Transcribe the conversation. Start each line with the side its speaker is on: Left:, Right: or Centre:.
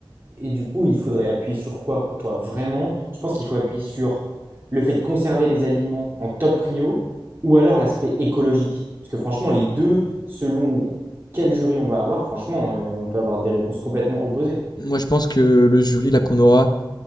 Right: et du coup, il faudrait appuyer sur quoi, toi, vraiment? Tu penses qu'il faut appuyer sur le fait de conserver les aliments en top prio ou alors l'aspect écologique? Parce que franchement, les deux, selon quel jury on va avoir, franchement, euh, on peut avoir des réponses complètement opposées.
Left: Moi, je pense que le jury, là, qu'on aura,